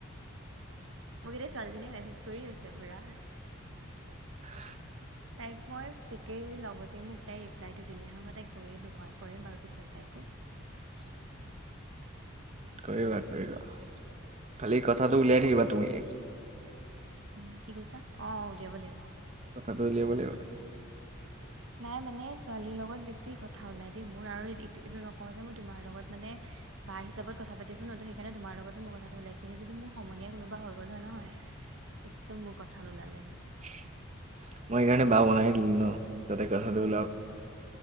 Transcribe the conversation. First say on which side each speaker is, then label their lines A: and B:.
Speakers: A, on the right (about 65°); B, on the right (about 35°).
A: মোক এতিয়া ছোৱালীজনীয়ে মেছেজ কৰি আছে পুৰা।
B: <inaudible>
A: তাইক মই ঠিকেই যদি লগতে মোক তাই ৰিপ্লাইটো দিলে হয় মই তাইক কৰিলো হয় কৰিম বাৰু পিছত তাইকো।
B: <inaudible> কৰিবা-কৰিবা। খালি কথাটো উলিয়াই থাকিবা তুমি।
A: উম, কি কৈছা? অ অ উলিয়াব লাগিব।
B: কথাটো উলিয়াব লাগিব।
A: নাই মানে ছোৱালীৰ লগত বেছি কথা ওলাই দে মোৰ আৰু এইটো নকওঁ যে মই তোমাৰ লগত মানে বাঁ হিচাপত কথা পাতিছো ন ত সেইকাৰনে তোমাৰ লগতো কথাটো ওলাইছে। এনে যদি মোৰ সমনীয়া কোনোবা হৈ গ'ল হয় নহয়
B: <inaudible>
A: একদম মোৰ কথা নোলালে হয়।
B: মই এইকাৰণে বা বনায়ে দিলোঁ ন, যাতে কথাটো
A: উম
B: উলাওঁ।